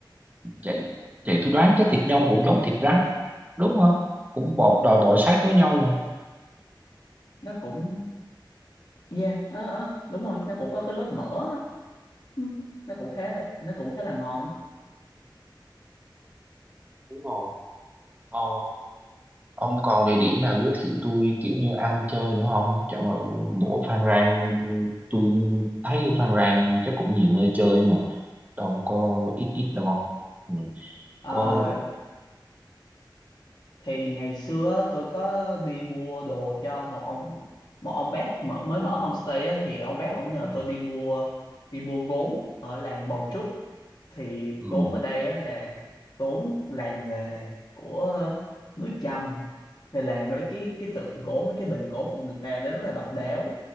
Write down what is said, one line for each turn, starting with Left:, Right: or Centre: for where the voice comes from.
Right: vậy vậy tôi đoán chắc thịt nhông cũng giống thịt rắn đúng không cũng bò đòi bò sát với nhau
Left: nó cũng yeah ờ ờ, đúng rồi nó cũng có cái lớp mỡ đó Ừ, nó cũng khá là nó cũng khá là ngon á.
Right: Đúng rồi. Ờ, ông còn địa điểm nào giới thiệu tôi kiểu như ăn chơi nữa không? Chẳng là bộ Phan Rang, tôi thấy Phan Rang chắc cũng nhiều nơi chơi mà đâu có ít ít đâu không? Ừ.
Left: Ờ,
Right: Có.
Left: thì ngày xưa á, tôi có đi mua đồ cho một ông một ông bác mở, mới mở homestay á, thì ông bác ông nhờ
Right: Ừ.
Left: tôi đi mua đi mua gốm ở làng Bầu Trúc thì
Right: Ừ.
Left: gốm ở đây á, là gốm làng nghề của người Chăm nên là mấy cái cái tượng gốm mấy cái bình gốm của người ta nó rất là độc đáo